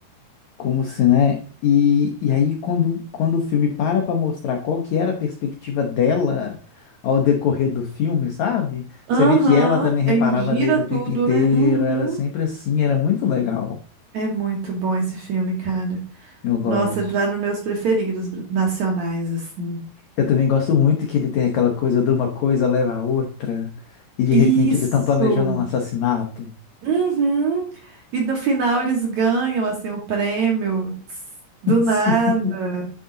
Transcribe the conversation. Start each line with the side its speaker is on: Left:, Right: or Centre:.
Left: Como se, né? E, e aí, quando, quando o filme para para mostrar qual que era a perspectiva dela ao decorrer do filme, sabe? Você
Right: Aham.
Left: vê que ela também reparava
Right: Aí gira
Left: nele o
Right: tudo,
Left: tempo inteiro,
Right: né? Uhum.
Left: era sempre assim, era muito legal.
Right: É muito bom esse filme, cara.
Left: Eu gosto.
Right: Nossa, é lá nos meus preferidos br- nacionais, assim.
Left: Eu também gosto muito que ele tem aquela coisa de uma coisa leva a outra, e de
Right: Isso!
Left: repente eles estão planejando um assassinato.
Right: Uhum. E no final eles ganham, assim, o prêmio. tss, Do nada.
Left: <laughs> Sim,